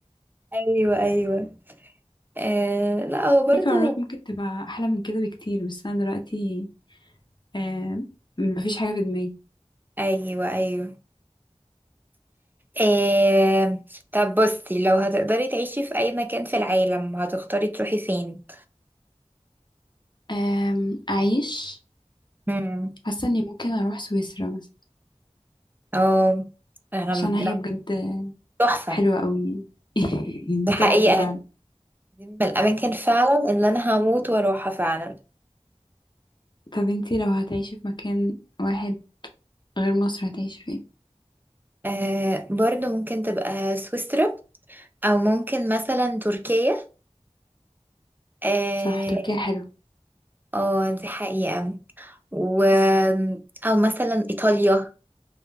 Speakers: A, on the right; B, on the left.
A: أيوه أيوه آه لا هو برضو
B: في قرارات ممكن تبقى احلى من كده بكتير بس انا دلوقتي آه، مفيش حاجة في دماغي
A: أيوه أيوه آه طب بصي لو هتقدري تعيشي في أي مكان في العالم هتختاري تروحي فين؟
B: أم، أعيش
A: امم
B: حاسة إني ممكن أروح سويسرا مثلا
A: اه أنا
B: عشان هي
A: لا
B: بجد
A: تحفة
B: حلوة أوي <laughs>
A: دي حقيقة
B: تحفة فعلا
A: دي من الأماكن فعلا اللي أنا هموت وأروحها فعلا
B: طب انتي لو هتعيشي في مكان واحد غير مصر هتعيشي فين؟
A: آه برضو ممكن تبقى سويسرا أو ممكن مثلا تركيا اه
B: صح تركيا حلوة
A: آه، دي حقيقة و... أو مثلا إيطاليا